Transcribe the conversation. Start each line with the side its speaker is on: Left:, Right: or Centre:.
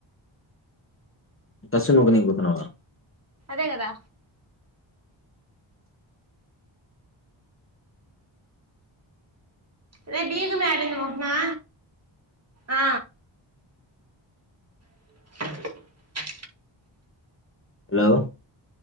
Left: తస్సును ఊకనీకిపోతున్నావా?
Right: న కదా రేయ్ దీపం ఎడుంది మొప్మే ఆ అ
Left: అలో